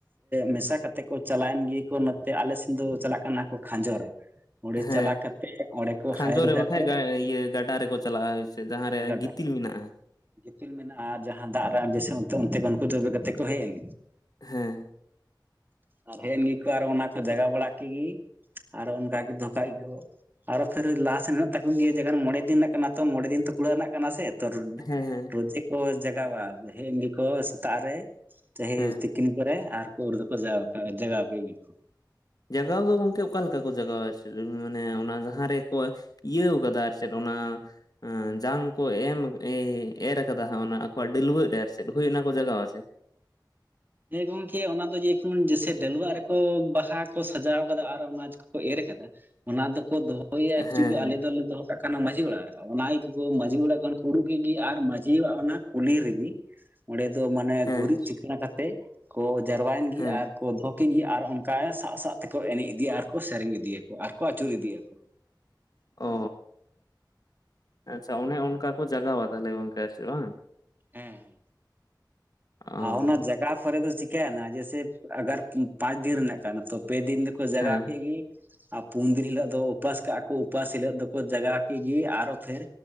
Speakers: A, on the right; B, on the left.
A: ᱢᱮᱥᱟ ᱠᱟᱛᱮ ᱛᱮ ᱠᱚ ᱪᱟᱞᱟᱣᱮᱱ ᱜᱮ ᱠᱚ ᱱᱚᱛᱮ ᱟᱞᱮ ᱥᱮᱱ ᱫᱚ ᱪᱟᱞᱟᱜ ᱠᱟᱱᱟ ᱠᱚ ᱠᱷᱟᱸᱡᱚ ᱨᱮ ᱚᱸᱰᱮ
B: ᱦᱮᱸ
A: ᱪᱟᱞᱟᱣ ᱠᱟᱛᱮᱫ ᱚᱸᱰᱮ ᱠᱚ
B: ᱠᱷᱟᱸᱡᱚ
A: ᱦᱟᱭᱤᱨ
B: ᱨᱮ
A: ᱫᱟᱠᱚ
B: ᱵᱟᱠᱷᱟᱡ ᱜᱟᱰᱟ ᱨᱮᱠᱚ ᱪᱟᱞᱟᱜᱼᱟ᱾ ᱡᱟᱦᱟᱸᱨᱮ
A: ᱜᱟᱰᱟ
B: ᱜᱤᱛᱤᱞ ᱢᱮᱱᱟᱜᱼᱟ᱾
A: ᱜᱤᱛᱤᱞ ᱢᱮᱱᱟᱜᱼᱟ ᱟᱨ ᱡᱟᱦᱟᱸ ᱫᱟᱜ ᱨᱮ ᱡᱥᱮ ᱚᱱ ᱚᱱᱛᱮ ᱩᱱᱠᱩ ᱡᱚᱵᱮ ᱠᱟᱛᱮ ᱠᱚ ᱦᱮᱡ ᱮᱱ
B: ᱦᱮᱸ
A: ᱟᱨ ᱦᱮᱸ ᱱᱤᱭᱟᱹ ᱠᱚ ᱟᱨ ᱚᱱᱟ ᱠᱚ ᱡᱟᱜᱟ ᱵᱟᱲᱟ ᱠᱮᱫᱜᱮ ᱟᱨᱚ ᱚᱱᱠᱟᱟᱜ ᱜᱮ ᱫᱷᱚᱠ ᱟᱨᱚ ᱯᱷᱮᱨ ᱞᱟᱦᱟ ᱥᱮᱱ ᱦᱮᱱᱟᱜ ᱛᱟᱠᱚ ᱜᱮᱭᱟ ᱡᱮᱠᱷᱚᱱ ᱢᱚᱬᱮ ᱫᱤᱱ ᱨᱮᱱᱟᱜ ᱠᱟᱱᱟ ᱛᱚ ᱢᱬᱮ ᱫᱤᱱ ᱛᱚ ᱠᱩᱲᱟᱹ ᱨᱮᱱᱟᱜ ᱠᱟᱱᱟ ᱥᱮ ᱛᱚ
B: ᱦᱮᱸ ᱦᱮᱸ
A: ᱨᱚᱡᱤ ᱠᱚ ᱡᱟᱜᱟᱣᱟ ᱦᱮᱡ ᱮᱱ ᱜᱮᱠᱚ ᱥᱮᱛᱟᱜ ᱨᱮ
B: ᱦᱮᱸ
A: ᱛᱤᱠᱤᱱ ᱠᱚᱨᱮ ᱟᱨ ᱠᱚ ᱫᱚᱠᱚ ᱡᱟᱜᱟᱣ ᱜᱮ ᱤᱭᱟᱹ ᱠᱚ
B: ᱡᱟᱜᱟᱣ ᱫᱚ ᱜᱚᱝᱠᱮ ᱚᱠᱟᱞᱮᱠᱟ ᱠᱚ ᱡᱟᱜᱟᱣᱟ ᱢᱟᱱᱮ ᱚᱱᱟ ᱡᱟᱦᱟᱸ ᱨᱮᱠᱚ ᱤᱭᱟᱹᱣ ᱠᱟᱫᱟ ᱟᱨ ᱪᱮᱫ ᱚ? ᱮᱸ ᱮᱸ ᱡᱟᱝ ᱠᱚ ᱮᱢ᱾ ᱮᱨ ᱠᱟᱫᱟᱜ ᱚᱱᱟ ᱚ ᱰᱟᱹᱞᱣᱟᱹᱜ ᱨᱮ ᱟᱨ ᱪᱮᱫ ᱦᱳᱣ ᱚᱱᱟ ᱠᱚ
A: ᱦᱮᱸ
B: ᱡᱟᱜᱟ ᱟ ᱥᱮ
A: ᱦᱮᱸ ᱜᱚᱝᱠᱮ ᱚᱱᱟ ᱫᱚ ᱡᱮᱢᱚᱱ ᱡᱥᱮ ᱰᱟᱹᱞᱩᱣᱟᱜ ᱨᱮᱠᱚ ᱵᱟᱦᱟ ᱠᱚ ᱥᱟᱡᱟᱣ ᱠᱟᱫᱟ ᱟᱨ ᱚᱱᱟ ᱠᱚ ᱮᱨ ᱚᱱᱟ ᱫᱚᱠᱚ ᱫᱚᱦᱚᱭᱟ ᱮᱠᱪᱩᱭᱮᱞᱤ
B: ᱦᱮᱸ
A: ᱟᱞᱮ ᱫᱚᱞᱮ ᱫᱚᱦᱚ ᱠᱟᱜ ᱠᱟᱱᱟ ᱢᱟᱺᱡᱷᱤ ᱚᱲᱟᱜ ᱨᱮ ᱚᱱᱟᱠᱚ ᱢᱟᱺᱡᱷᱤ ᱚᱲᱟᱜ ᱠᱷᱚᱱ ᱩᱰᱩᱠᱜᱮ ᱟᱨ ᱢᱟᱺᱡᱷᱤ ᱚᱲᱟᱜ ᱚᱱᱟ ᱠᱩᱞᱤ ᱨᱮᱜᱮ ᱚᱸᱰᱮ ᱫᱚ ᱢᱟᱱᱮ
B: ᱦᱮᱸ
A: ᱜᱩᱨᱤᱡ
B: ᱦᱮᱸ
A: ᱪᱤᱠᱟᱹᱬ ᱠᱟᱛᱮᱜ ᱠᱚ ᱡᱟᱨᱣᱟᱭᱮᱱ ᱜᱮ
B: ᱦᱮᱸ
A: ᱟᱨ ᱠᱚ ᱫᱚᱦᱚ ᱠᱮᱫ ᱜᱮ ᱟᱨ ᱚᱱᱠᱟ ᱥᱟᱵ ᱥᱟᱵ ᱛᱮᱠᱚ ᱮᱱᱮᱡ ᱤᱫᱤᱭᱟ ᱟᱨᱠᱚ ᱥᱮᱨᱮᱧ ᱤᱫᱤᱭᱟᱠᱚ ᱟᱨᱠᱚ ᱟᱹᱪᱩᱨ ᱤᱫᱤᱭᱟᱠᱚ᱾
B: ᱚ ᱟᱪᱪᱷᱟ ᱚᱱᱮ ᱚᱱᱠᱟ ᱠᱚ ᱡᱟᱜᱟᱣᱟ ᱛᱟᱦᱞᱮ ᱜᱚᱝᱠᱮ ᱪᱮ ᱵᱟᱝ?
A: ᱦᱮᱸ ᱼ
B: ᱚ
A: ᱟᱨ ᱚᱱᱟ ᱡᱟᱜᱟ ᱯᱚᱨᱮ ᱫᱚ ᱪᱤᱠᱟᱹᱭᱮᱱᱟ ᱡᱮᱭᱥᱮ ᱟᱜᱟᱨ ᱯᱟᱸᱪ ᱫᱤᱱ ᱨᱮᱱᱟᱜ ᱠᱟᱱᱟ ᱛᱚ ᱯᱮ ᱫᱤᱱ ᱫᱚᱠᱚ ᱡᱟᱜᱟᱣ
B: ᱦᱮᱸ
A: ᱠᱮᱫ ᱜᱮ ᱟᱨ ᱯᱩᱱ ᱫᱤᱱ ᱦᱤᱞᱳᱜ ᱫᱚ ᱩᱯᱟᱹᱥ ᱠᱟᱜᱼᱟ ᱠᱚ ᱩᱯᱟᱹᱥ ᱦᱤᱞᱳᱜ ᱫᱚᱠᱚ ᱡᱟᱜᱟᱣ ᱠᱮᱫ ᱜᱮ ᱟᱨᱚ ᱯᱷᱮᱨ